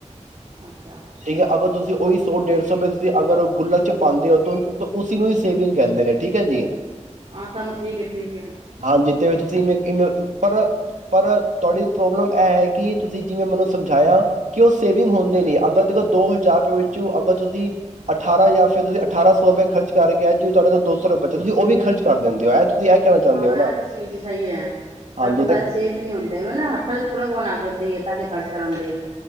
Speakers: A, on the right; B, on the right.
A: ਅੱਛਾ
B: ਠੀਕ ਹੈ ਅਗਰ ਤੁਸੀਂ, ਉਹੀ ਸੌ ਡੇਢ ਸੌ ਰੁਪਏ ਤੁਸੀਂ ਅਗਰ, ਉਹ ਗੁਲਕ ਚ ਪਾਉਂਦੇ ਹੋ, ਤੇ ਉਸੀ ਨੂੰ ਹੀ ਸੇਵਿੰਗ ਕਹਿੰਦੇ ਨੇ ਠੀਕ ਹੈ ਜੀ
A: ਆਹ, ਸਾਮ ਠੀਕ ਹੈ ਠੀਕ ਹੈ
B: ਹਾਂਜੀ ਤੇ ਤੁਸੀਂ ਇਮੇ ਇਮੇ, ਪਰ ਪਰ ਤੁਹਾਡੀ ਪ੍ਰੋਬਲਮ ਇਹ ਹੈ ਕਿ ਤੁਸੀਂ ਜਿਵੇਂ ਮੈਨੂੰ ਸਮਝਾਇਆ, ਕਿ ਉਹ ਸੇਵਿੰਗ ਹੁੰਦੇ ਨੀ, ਅਗਰ ਤੇ ਦੋ ਹਜ਼ਾਰ ਰੁਪਏ ਵਿੱਚ ਅਗਰ ਤੁਸੀਂ ਅਠਾਰਾਂ ਹਜ਼ਾਰ ਜਾਂ ਫਿਰ ਤੁਸੀਂ ਅਠਾਰਾਂ ਸੌ ਰੁਪਏ ਖਰਚ ਕਰਕੇ, ਜਿਵੇਂ ਤੁਹਾਡੇ ਕੋਲ ਦੋ ਸੌ ਰੁਏ ਬਚਨ, ਤੁਸੀਂ ਵੀ ਖਰਚ ਦਿੰਦੇ ਇਹ ਤੁਸੀਂ ਇਹ ਕਹਿਣਾ ਚਾਹੁੰਦੇ
A: ਹਾਂ,
B: ਹੋ ਨਾ
A: ਇਹ ਤੇ ਚੀਜ਼ ਸਹੀ ਹੈ, ਸਾਡੇ
B: ਹਾਂਜੀ
A: ਕੋਲ ਪੈਸੇ
B: ਤੇ
A: ਸੇਵ ਨਹੀਂ ਹੁੰਦੇ ਹਨਾ, ਹੱਥਾਂ ਚ ਖੁਰਕ ਹੋਣ ਲੱਗ ਜਾਂਦੀ ਹੈ ਤਾਂ ਕੇ ਖਰਜ ਕਰਾ ਦੀਆ